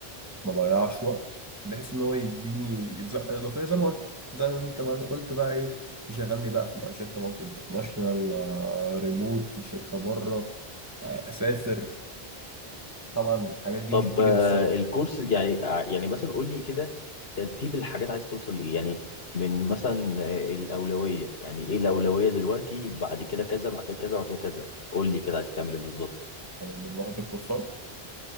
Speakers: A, on the right; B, on the left.
A: ما أضيعش وقت بحيث إن هو يديني زقة إضافية زي ما قلت زي ما أنت ما قلت بقى إيه يشغلني بقى في بقى شركة مالتي انترناشونال آه، ريموت لشركة بره آه، أسافر طبعا الحاجات دي
B: طب
A: مش هتيجي
B: آه،
A: بالسهل
B: الكورس يعني آه، يعني مثلا قول لي كده ترتيب الحاجات عايز توصل لإيه يعني من مثلا آه، الأولوية يعني إيه الأولوية دلوقتي بعد كده كذا بعد كده كذا بعد كده كذا قول لي كده عايز تعمل إيه بالظبط
A: يعني من ناحية الكورسات